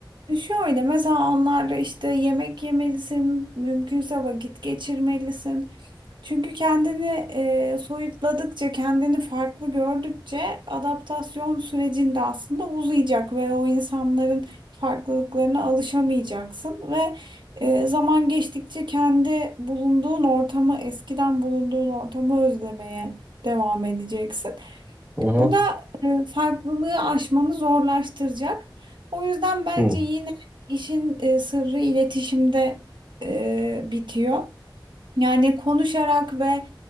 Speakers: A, on the right (about 65°); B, on the right (about 25°).
A: Şöyle mesela onlarla işte yemek yemelisin, mümkünse vakit geçirmelisin. Çünkü kendini e, soyutladıkça, kendini farklı gördükçe adaptasyon sürecinde aslında uzayacak ve o insanların farklılıklarına alışamayacaksın ve e, zaman geçtikçe kendi bulunduğun ortamı, eskiden bulunduğun ortamı özlemeye devam edeceksin.
B: Hı hı.
A: Bu da e, farklılığı aşmanı zorlaştıracak. O yüzden bence
B: Hı.
A: yine işin e, sırrı iletişimde e, bitiyor. Yani konuşarak ve